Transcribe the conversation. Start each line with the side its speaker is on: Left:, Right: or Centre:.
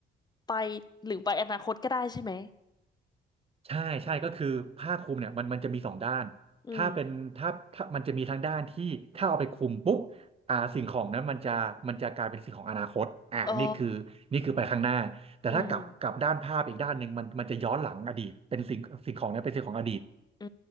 Left: ไปหรือไปอนาคตก็ได้ใช่ไหม
Right: ใช่ใช่ก็คือผ้าคลุมเนี่ยมันมันจะมีสองด้านถ้าเป็นถ้าถ้ามันจะมีทั้งด้านที่ถ้าเอาไปคลุมปุ๊บ
Left: อืม
Right: อ่าสิ่งของนั้นมันจะมันจะกลายเป็นสิ่งของอนาคตอ่านี่คือนี่คือไปข้างหน้าแต่ถ้ากลับกลับด้านภาพอีกด้านหนึ่งมันมันจะย้อนหลังอดีตเป็นสิ่งสิ่งของนั้นเป็นสิ่งของอดีต
Left: อ๋ออืมอื